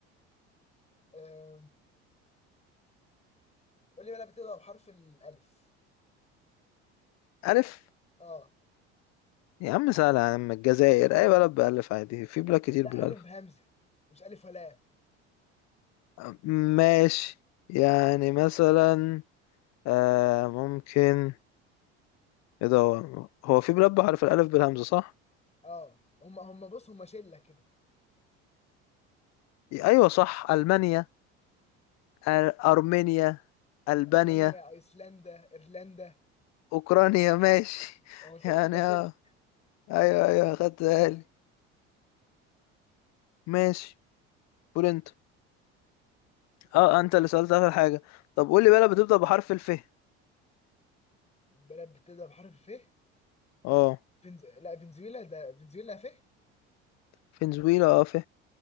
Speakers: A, on the left; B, on the left.
A: آه قول لي بلد بتبدأ بحرف الألف
B: ألف
A: اه
B: يا عم سهلة يا عم الجزائر أي بلد بألف عادي في
A: لا
B: بلاد كتير
A: لا
B: بالألف
A: ألف بهمزة مش ألف ولا آب.
B: آه، ماشي يعني مثلا آه ممكن ايه ده هو هو في بلاد بحرف الألف بالهمزة صح؟
A: اه هم هم بص هم شلة كده
B: أيوة صح ألمانيا آه، أرمينيا ألبانيا
A: أرمينيا أيسلندا إيرلندا
B: أوكرانيا ماشي <laughs>
A: أنا قلت
B: يعني
A: لك هم
B: اه
A: شلة
B: أيوة أيوة خدت بالي ماشي قول أنت اه
A: آه،
B: أنت اللي سألت آخر حاجة طب قول لي بلد بتبدأ بحرف الف
A: بلد بتبدأ بحرف الف
B: اه
A: فنز... لا فنزويلا ده فنزويلا ف
B: فنزويلا اه ف